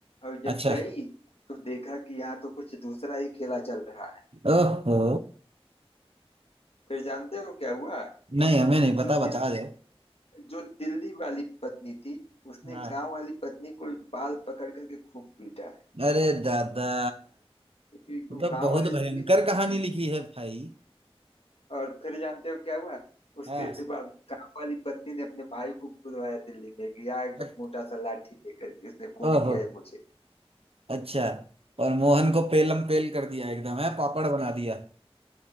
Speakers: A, on the left (about 70°); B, on the right (about 65°).
A: और जब
B: अच्छा
A: गई तो देखा कि यहाँ तो कुछ दूसरा ही खेला चल रहा है
B: ओहो
A: फिर जानते हो क्या हुआ
B: नहीं हमें नहीं पता
A: जो दिल
B: बता दो
A: जो दिल्ली वाली पत्नी थी उसने
B: हाँ
A: गांव वाली पत्नी को बाल पकड़ करके खूब पीटा है
B: अरे दादा
A: क्योंकि
B: ये
A: वो
B: तो
A: गांव
B: बहुत
A: वाली
B: भयंकर
A: दुबली पतली
B: कहानी
A: थी
B: लिखी है भाई
A: और फिर जानते हो क्या हुआ उसके
B: हाँ
A: बाद गांव वाली पत्नी ने अपने भाई को बुलवाया दिल्ली में कि आ एकदम
B: अ-
A: मोटा सा लाठी लेकर के इसने कूट
B: ओहो
A: दिया है मुझे
B: अच्छा और मोहन को पेलम पेल कर दिया एकदम है पापड़ बना दिया